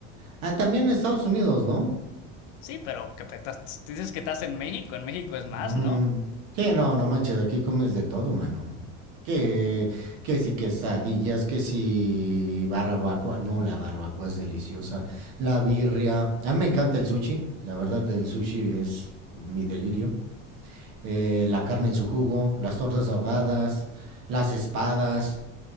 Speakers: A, on the right; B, on the left.
A: Ah, también en Estados Unidos, ¿no?
B: sí, pero que pe- estás- dices que estás en México, en México es más,
A: Ujú.
B: ¿no?
A: Sí, no, no manches, aquí comes de todo, mano. Que, que si quesadillas, que si barbacoa. No, la barbacoa es deliciosa. La birria. A mí me encanta el sushi. La verdad, el sushi es mi delirio. Eh, la carne en su jugo, las tortas ahogadas, las espadas.